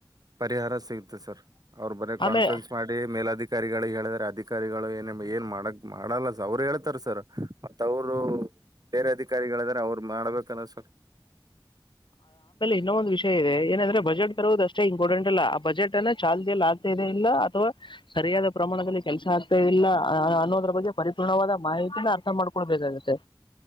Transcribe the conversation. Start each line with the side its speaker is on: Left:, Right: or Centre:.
Right: ಪರಿಹಾರ ಸಿಗ್ತ ಸರ್ ಅವ್ರು ಬನೆ ಕಾನ್ಫರೆನ್ಸ್
Left: ಆಮೇ
Right: ಮಾಡಿ ಮೇಲಾದಿ ಅಧಿಕಾರಿಗಳಿಗೆ ಹೇಳಿದ್ರರೆ ಅಧಿಕಾರಿಗಳು ಏ ಏನ್ ಮಾಡಕ್ ಮಾಡಲ್ಲ. ಅವ್ರು ಹೇಳ್ತಾರ ಸರ್, ಮತ್ತ ಅವರು ಬೇರೆ ಅಧಿಕಾರಿಗಳಾದಾರೆ ಅವ್ರು ಮಾಡ್ಬೇಕಂದ ಸರ್.
Left: ಇನ್ನೊ ಒಂದು ವಿಷಯ ಇದೆ ಏನಂದ್ರೆ ಬಜೆಟ್ ತರದಷ್ಟೇ ಇಂಪಾರ್ಟೆಂಟಲ್ಲ, ಆ ಬಜೆಟ್ ಅನ್ನ ಚಾಲ್ದಿಯಲ್ಲಿ ಆಗ್ತಾ ಇದೆ ಇಲ್ಲ ಅಥವಾ ಸರಿಯಾದ ಪ್ರಮಾಣದಲ್ಲಿ ಕೆಲ್ಸ ಆಗ್ತಾ ಇಲ್ಲ ಅ ಅನ್ನೋದ್ರ ಬಗ್ಗೆ ಪರಿಪೂರ್ಣವಾದ ಮಾಹಿತಿನ ಅರ್ಥ ಮಾಡ್ಕೊಳ್ಬೇಕಾಗತ್ತೆ.